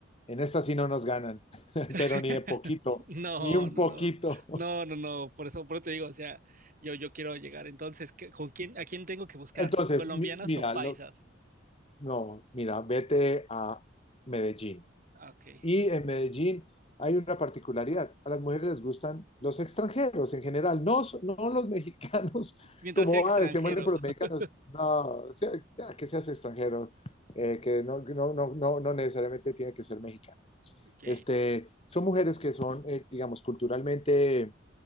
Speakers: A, on the left (about 30°); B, on the right (about 45°).
A: en esta sí no nos ganan, <laughs>
B: <laughs>
A: pero ni de poquito,
B: No,
A: ni un
B: no,
A: poquito.
B: no, no, no, no, por eso, por eso te digo, o sea, yo, yo quiero llegar, entonces, ¿qué- ¿con quién, a quién tengo
A: <laughs>
B: que buscar?
A: Entonces,
B: ¿Colombianas
A: mi- mira,
B: o paisas?
A: lo, no, mira, vete a Medellín.
B: Ah, Ok,
A: Y en Medellín hay una particularidad. A las mujeres les gustan los extranjeros en general, no, so- no los mexicanos, <laughs>
B: mientras
A: como
B: sea extranjero,
A: ah, se mueren por los mexicanos.
B: <laughs>
A: No, sea, ya, que seas extranjero, eh, que no, no, no, no, no necesariamente tiene que ser mexicano.
B: ok,
A: Este, son mujeres que son, eh, digamos, culturalmente